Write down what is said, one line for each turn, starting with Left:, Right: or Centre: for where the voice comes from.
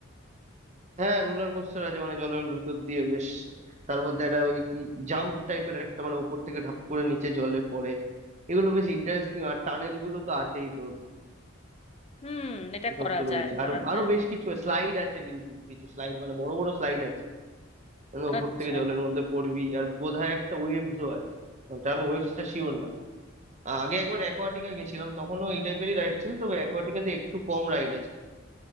Right: হ্যাঁ রোলার কোস্টার আছে মানে জলের ভেতর দিয়ে বেশ তার মধ্যে একটা ওই কি জাম্প টাইপের একটা মানে উপর থেকে ঢাপ করে নিচে জলে পড়ে এগুলো বেশ ইন্টারেস্টিং আর টানেল গুলো তো আছেই তোর
Left: হুম এটা
Right: এসব
Left: করা
Right: তো রয়েছে
Left: যায় করা
Right: আর
Left: যায়
Right: আরো বেশ কিছু স্লাইড আছে কিন্তু কিছু স্লাইড মানে বড় বড় স্লাইড আছে মানে উপর
Left: আচ্ছা
Right: থেকে জলের মধ্যে পড়বি আর বোধহয় একটা ওয়েবসও আছে ওটা আমি ওয়েবসটা শিওর না আগে একবার অ্যাকোয়াটিকা গেছিলাম তখনও এই টাইপেরই রাইড ছিল তবে অ্যাকোয়াটিকাতে একটু কম রাইড আছে